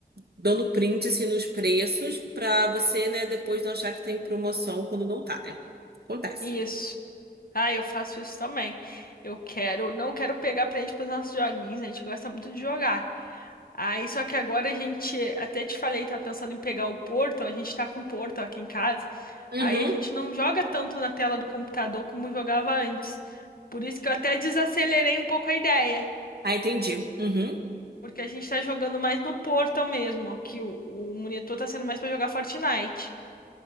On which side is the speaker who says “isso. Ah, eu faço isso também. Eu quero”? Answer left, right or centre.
Left